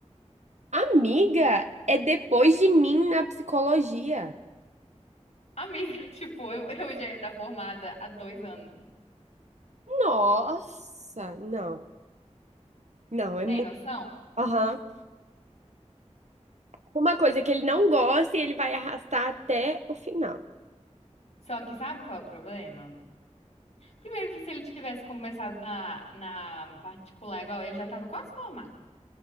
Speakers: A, on the right (about 70°); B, on the left (about 65°).
A: Amiga, é depois de mim na psicologia.
B: Amiga, <laughs> tipo, eu, eu já ia estar formada há dois anos.
A: Nossa, não. Não, é
B: Tem
A: muito.
B: noção?
A: Aham. Uma coisa que ele não gosta e ele vai arrastar até o final.
B: Só que sabe qual é o problema? Primeiro que se ele tivesse começado na, na particular igual, ele já tava quase formado.